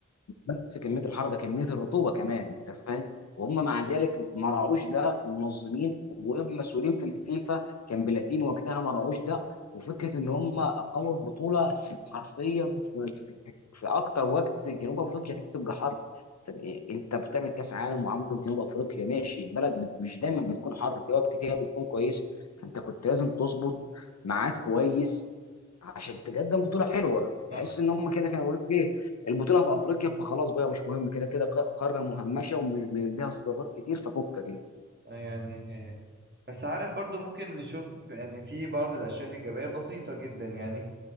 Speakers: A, on the left; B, on the right.
A: بس كميه الحر ده كميه الرطوبه كمان انت فاهم وهم مع ذلك ما راعوش ده المنظمين والمسؤولين في الفيفا كان بلاتيني وقتها ما راعوش ده وفكره ان هم اقاموا البطوله حرفيا في, في, في اكتر وقت جنوب افريقيا فيه بتبقى حر طب إيه؟ انت بتعمل كاس عالم وعامله في جنوب افريقيا ماشي البلد بت... مش دايما بتكون حر في وقت كده بتكون كويس فانت كنت لازم تظبط ميعاد كويس عشان تقدم بطوله حلوه
B: صح
A: تحس ان هم كده كانوا بيقولوا ايه البطوله في افريقيا فخلاص بقى مش مهم كده كده ق- قاره مهمشه ومش بنديها استضافات كتير ففكك انت
B: يعني بس عارف برضه ممكن نشوف يعني في بعض الأشياء الإيجابية بسيطة جدا يعني